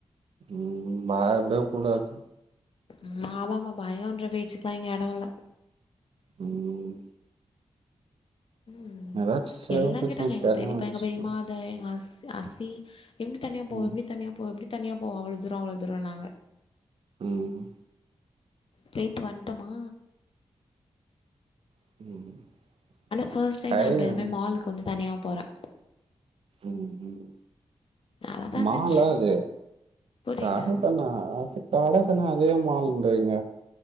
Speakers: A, on the right; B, on the left.
A: ம் மா எப்டியே கூடாது
B: ம் ஆமாமா பயன்ற பேச்சுக்லா இங்க எட இல்ல
A: ம்
B: ம்
A: ஏதாச்சு செல்ஃப்
B: எல்லா
A: டிஃபென்ஸ்
B: கேட்டாங்க எங்க
A: எதுனா
B: பெரிப்பா
A: வச்சுக்கோ
B: எங்க பெரிமா இந்த எங்க அஸ்சு அஸ்சி எப்டி தனியா போவ
A: ம்
B: எப்டி தனியா போவ எப்டி தனியா போவ அவ்ளோ தூர அவ்ளோ தூரன்னாங்க
A: ம்
B: பேய்ட்டு வன்ட்டமா
A: ம்
B: ஆனா ஃபர்ஸ்ட் டைம்
A: கயிறு
B: நா இப்பேமே மாலுக்கு வந்து தனியா போறே
A: ம் ம்
B: நல்லாதா இருந்துச்சு
A: மாலா அது
B: புரில
A: கடசன்னா ஆட்டு கடசன்னா அதே மால்ன்றீங்க